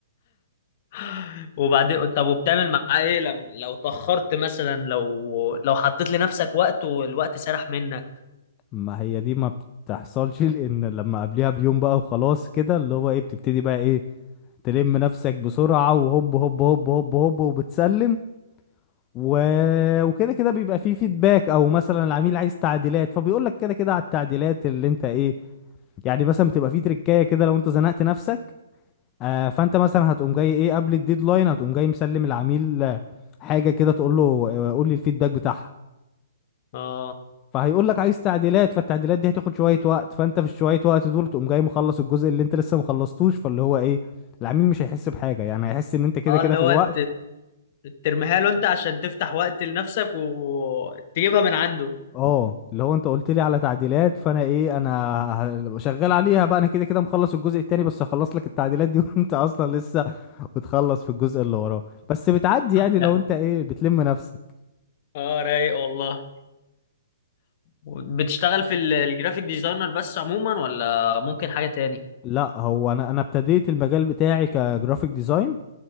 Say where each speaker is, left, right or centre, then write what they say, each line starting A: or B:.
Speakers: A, on the left; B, on the left.
A: <laughs> وبعدين طب وبتعمل معاه ايه لم... لو اتأخرت مثلا لو لو حطيت لنفسك وقت والوقت سرح منك
B: ما هي دي ما بتحصلش لان لما قبليها بيوم بقى وخلاص كده اللي هو ايه بتبتدي بقى ايه تلم نفسك بسرعة وهوب هوب هوب هوب هوب وبتسلم و... وكده كده بيبقى فيه فيدباك او مثلا العميل عايز تعديلات فبيقول لك كده كده على التعديلات اللي انت ايه يعني مثلا بتبقى فيه تريكاية كده لو انت زنقت نفسك آه فانت مثلا هتقوم جاي ايه قبل الديدلاين هتقوم جاي مسلم العميل آه، حاجة كده تقول له آه، قول لي الفيدباك بتاعها
A: اه
B: فهيقول لك عايز تعديلات فالتعديلات دي هتاخد شويه وقت فانت في الشويه وقت دول تقوم جاي مخلص الجزء اللي انت لسه مخلصتوش فاللي هو ايه العميل مش هيحس بحاجه يعني هيحس ان انت كده
A: اه
B: كده
A: اللي
B: في
A: هو
B: الوقت
A: ت- ترميها له انت عشان تفتح وقت لنفسك وتجيبها من عنده
B: اه اللي هو انت قلت لي على تعديلات فانا ايه انا ه- شغال عليها بقى انا كده كده مخلص الجزء التاني بس هخلص لك التعديلات دي <laughs> وانت اصلا لسه بتخلص في الجزء اللي وراه بس بتعدي يعني
A: لا
B: لو انت ايه بتلم نفسك
A: اه رايق والله بتشتغل في ال- الجرافيك ديزاينر بس عموما ولا ممكن حاجة تاني
B: لا هو انا انا ابتديت المجال بتاعي كجرافيك ديزاين